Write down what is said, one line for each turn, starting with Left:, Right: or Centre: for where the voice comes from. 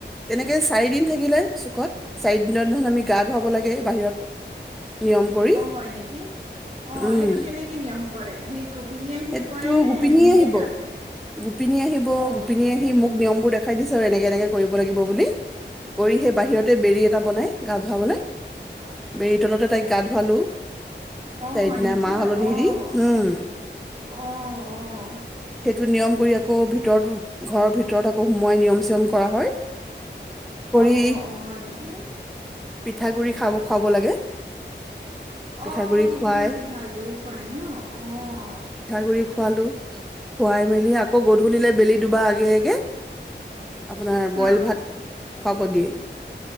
Centre: তেনেকে চাৰি দিন থাকিলে চুকত, চাৰি দিনত আমি গা ধুৱাব লাগে বাহিৰত। নিয়ম কৰি
Right: অহ হয় নেকি? অহ,
Centre: উম
Right: সেইটো কেনেকে নিয়ম কৰে? সেই গোপিনীয়ে আহিয়ে
Centre: সেইটো
Right: কৰে নে
Centre: গোপিনীয়ে
Right: নিজে
Centre: আহিব
Right: গাটো ধুৱে?
Centre: গোপিনী আহিব
Right: অহ।
Centre: গোপিনী আহি মোক নিয়মবোৰ দেখাই দিছে আৰু এনেকে এনেকে কৰিব লাগিব বুলি, কৰি সেই বাহিৰতে বেৰি এটা বনাই গা ধুৱাবলৈ, বেৰি তলতে তাইক গা ধুৱালো।
Right: অহ,
Centre: চাৰিদিনা
Right: হয় নেকি।
Centre: মাহ হালধি
Right: অহ,
Centre: দি উম
Right: অহ, অহ।
Centre: টো নিয়ম কৰি, আকৌ ভিতৰতো, ঘৰৰ ভিতৰত আকৌ সোমোৱাই নিয়ম-চিয়ম কৰা হয়। কৰি
Right: অহ অহ অহ, হয় নেকি?
Centre: পিঠাগুৰি খাব খুৱাব লাগে। পিঠাগুৰি
Right: অহ, সেই সেইদিনাখন
Centre: খুৱাই
Right: পিঠাগাগুৰি খুৱাই ন? অহ।
Centre: গুৰি খুৱালোঁ, খুৱাই-মেলি আকৌ গধূলিলৈ বেলি দুবা আগে আগে আপোনাৰ
Right: অ
Centre: বইল ভাত, খুৱাব দিয়ে।